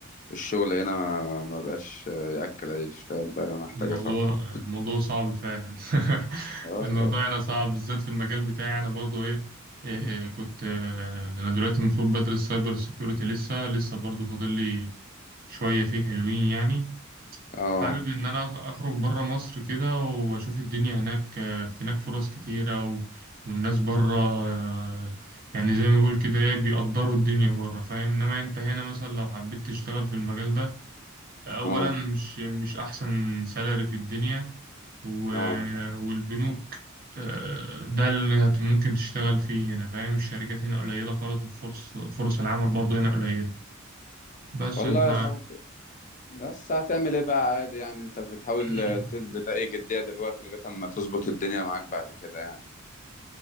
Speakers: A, on the left; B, on the right.
A: الشغل هنا ما ما بقاش يأكل عيش فاهم بقى محتاجة
B: الموضوع
A: سفر
B: الموضوع صعب فعلا <laughs>
A: اه
B: الموضوع هنا صعب بالذات في المجال بتاعي انا برضو ايه, إيه, إيه كنت آه، انا دلوقتي المفروض بدرس سايبر سيكيورتي لسه لسه برضو فاضل لي شوية فيه حلوين يعني
A: اه
B: حابب إن أنا أخرج برا مصر كده وأشوف الدنيا هناك آه، في هناك فرص كتيرة و... والناس برا آه، يعني زي ما بيقول كده إيه بيقدروا الدنيا برا فاهم إنما أنت هنا مثلا لو حبيت تشتغل في المجال ده أولا
A: اه
B: مش مش أحسن سالري في الدنيا و...
A: اه
B: والبنوك آه، ده اللي هت- ممكن تشتغل فيه هنا فاهم الشركات هنا قليلة خالص وفرص فرص العمل برضه هنا قليلة بس
A: والله
B: أنت
A: يا صاحبي بس هتعمل ايه بقى عادي يعني انت بتحاول
B: <clears throat>
A: تثبت اي جدية دلوقتي لغاية اما تظبط الدنيا معاك بعد كده يعني